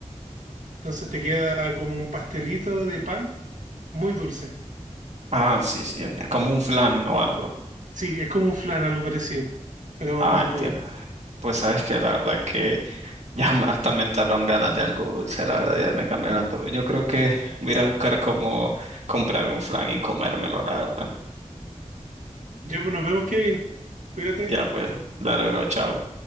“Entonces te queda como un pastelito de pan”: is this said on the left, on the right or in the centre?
Right